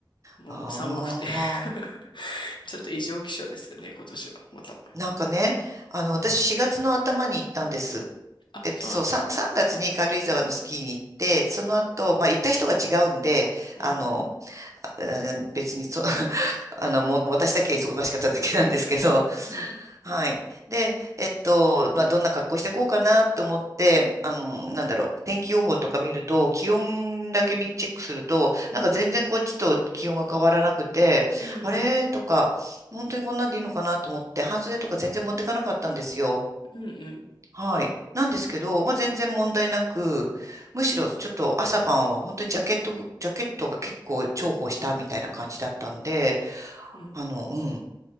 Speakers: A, on the left; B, on the right.
A: もう寒くて
B: ああ。
A: <laughs> ちょっと異常気象ですよね、今年は。また。
B: なんかね、あの、私4月の頭に行ったんです。
A: あ、
B: えっと、
A: そうなんだ。
B: そう、3、3月に軽井沢のスキーに行って、その後、まあ、行った人が違うんで、
A: うん、
B: あの、あ別にそ、<laughs> あの、もう私だけは忙しかっただけなんですけど、
A: うん、
B: はい。で、えっと、まあ、どんな格好していこうかなと思って、あの、なんだろう、天気予報とか見ると、気温だけ見チェックすると、
A: うん、
B: なんか全然こっちと気温が変わらなくて、
A: うん、うん、
B: あれとか、本当にこんなんでいいのかなと思って、半袖とか全然持ってかなかったんですよ。
A: うん、
B: はい。なんですけど、まあ、全然問題なく、むしろちょっと朝晩は本当にジャケット、ジャケットが結構重宝したみたいな感じだったんで、
A: うん、うん
B: あの、うん、